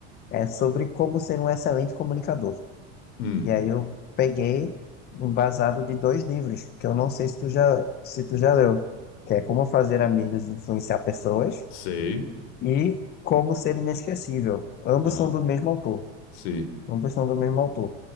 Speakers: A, on the left (about 30°); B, on the left (about 70°).
A: é sobre como ser um excelente comunicador.
B: Hum,
A: E aí eu peguei embasado de dois livros, que eu não sei se tu já, se tu já leu, que é Como Fazer Amigos e Influenciar Pessoas
B: sei.
A: e Como Ser Inesquecível. Ambos
B: Aham,
A: são do mesmo autor.
B: sim.
A: ambos são do mesmo autor.